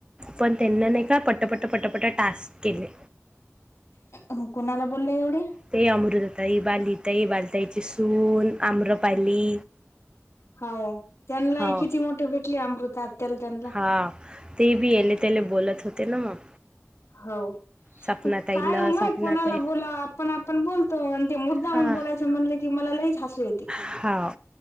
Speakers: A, on the right (about 20°); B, on the left (about 70°).
A: पण त्यांना नाही का पटापट पटापटा टास्क केले.
B: अ हं कुणाला बोलल्या एवढ्या?
A: ते अमृता ताई, बाली ताई, बाली ताईची सून, आम्रपाली
B: हौ. त्यांनालाही
A: हो
B: किती मोठे भेटले, अमृता आत्याला त्यांना
A: हा, ते बी याले, त्याले बोलत होते ना मग.
B: हौ,
A: सपना ताईला
B: काय ओ माय
A: सपना
B: कोणाला
A: ताई
B: बोलावं आप पण आपण बोलतो, आणि ते मुद्दामूण
A: हा
B: बोलायचं म्हणलं कि मला लईच हसू येते.
A: हौ,